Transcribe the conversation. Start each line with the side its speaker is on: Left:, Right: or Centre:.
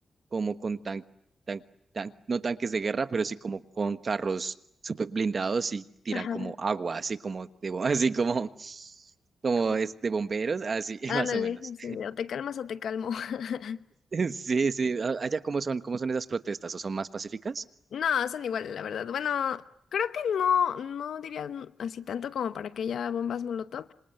Right: como con tan, tan- tan- no tanques de guerra, pero sí como con carros super blindados y tiran
Left: Ajá.
Right: como agua, así como de, bo- <laughs> así como, como
Left: como-
Right: es de bomberos, así <laughs>
Left: Ándale,
Right: más o menos.
Left: así de, o te calmas o te calmo. <laughs>
Right: Sí, sí. a- Allá, ¿cómo son, cómo son esas protestas? ¿O son más pacíficas?
Left: No, son iguales, la verdad. Bueno, creo que no, no diría así tanto como para que haya bombas Molotov,